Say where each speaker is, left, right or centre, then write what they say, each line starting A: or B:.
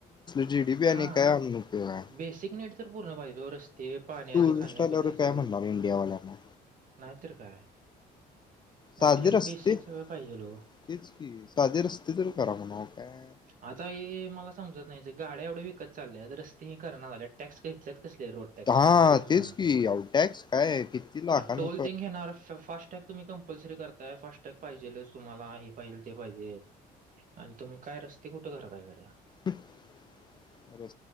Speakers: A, on the left; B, on the right.
A: जी डी पी आणि
B: हा
A: काय आणून उपयोग हाय
B: बेसिक नीड तर पूर्ण पाहिजेत ओ रस्ते पाण्याचं
A: टुरिस्ट
B: खाण्यापिण्याच
A: आल्यावर
B: सगळं
A: काय म्हणणार इंडियावाल्यांना
B: नाहीतर काय
A: साधी
B: ऍटली की
A: रस्ते
B: बेसिक
A: तेच
B: सगळं पाहिजे हो.
A: कि साधी रस्ते तर करा म्हणाव काय
B: आता हे मला समजत नाही गाड्या एवढ्या विकत चालल्यात रस्ते ही करणा झाल्यात टॅक्स घेतल्यात कसले रोड टॅकस
A: हा
B: मला ते समजना
A: तेच की अहो टॅक्स काय किती लाखाने
B: आता टोल तेन घेणार फास्ट्रॅक्ट तुम्ही कम्पल्सरी करताय फास्टॅग पाहिजेलच तुम्हाला हे पाहिजे ते पाहिजे आणि तुम्ही काय रस्ते कुठे करालाय खरं
A: हम्म